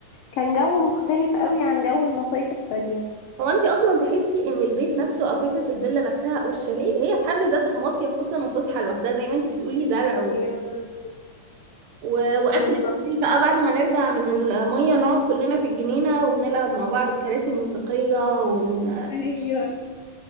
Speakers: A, on the left (about 85°); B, on the right (about 85°).
A: كان جو مختلف قوي عن جو المصايف التانية
B: هو انت اصلا تحسي ان البيت نفسه او فكرة الفيلا نفسها او الشاليه هي في حد ذاتها مصيف اصلا وفسحة لوحدها زي ما انت بتقولي زرع و...
A: ايوه بالظبط
B: و... واخر
A: بالظبط.
B: الليل بقى بعد ما نرجع من المية نقعد كلنا في الجنينة ونلعب مع بعض الكراسي الموسيقية ون...
A: ايوه